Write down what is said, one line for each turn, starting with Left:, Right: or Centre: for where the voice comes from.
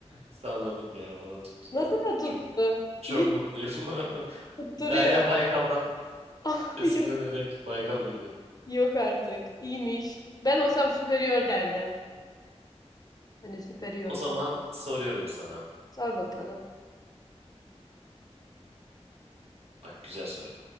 Right: Salladım ya bana tuttu
Left: Nasıl
Right: da.
Left: da tuttu?
Right: Çok çok
Left: İyi
Right: mutluyum. <laughs>
Left: tutturuyor.
Right: Derya
Left: <laughs>
Right: Baykal'dan
Left: Ah,
Right: esinlenerek
Left: Yok,
Right: Baykal Gölü dedim.
Left: yok artık. İyiymiş. Ben olsam Superior derdim. Hani Superior
Right: O zaman
Left: falan.
Right: soruyorum sana.
Left: Sor bakalım.
Right: Bak güzel soru.